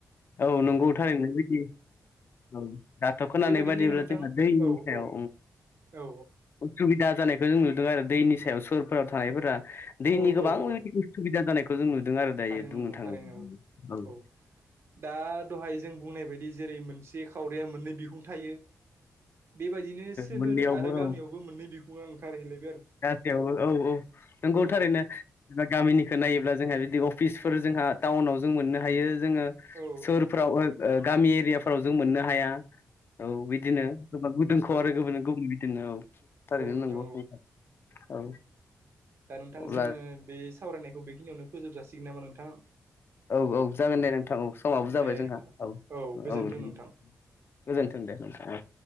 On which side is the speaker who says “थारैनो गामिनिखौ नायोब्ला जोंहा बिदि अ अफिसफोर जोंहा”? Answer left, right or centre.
Left